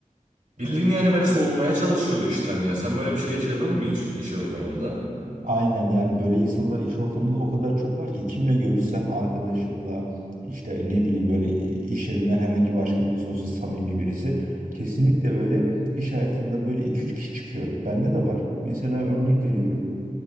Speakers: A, on the right; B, on the right.
A: Bildiğin yani beni soğutmaya çalışıyordu işten ya. Sen böyle bir şey yaşadın mı hiç iş ortamında?
B: Aynen yani böyle insanlar iş ortamında o kadar çok var ki kimle görüşsem arkadaşımla işte ne bileyim böyle iş yerinden herhangi başka birisi olsun samimi birisi kesinlikle böyle iş hayatında böyle iki üç kişi çıkıyor. Bende de var. Mesela örnek veriyorum.